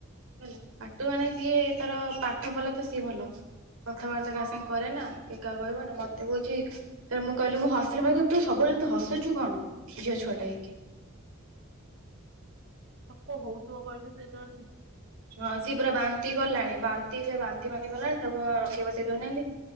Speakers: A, on the right; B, on the right.
A: ହେ ପାଠୁ ମାନେ ସିଏ ତାର ପାଠ ଭଲ ତ ସିଏ ଭଲ। କଥାବାର୍ତ୍ତା
B: ହଁ।
A: କାହା ସାଙ୍ଗେ କରେ ନା କି କାହା କହିବନି ମତେ କହୁଛି। ତାେ ମୁଁ କହିଲି ମୁଁ ହସିଲି ମ କିନ୍ତୁ ସବୁବେଳେ ହସୁ କଣ ଝିଅଛୁଆା ହେକି
B: ତ କ ହଉଥିବ କହିଲୁ ସେଇତବେଳେ
A: ହଁ ସିଏ ପୁରା ବାନ୍ତି କଲାଣି ବାନ୍ତି ସେ ବାନ୍ତି ବାନ୍ତି ଗଲାଣି ତାକୁ ରଖେଇ ବସେଇ ଦଉ ନାହାନ୍ତି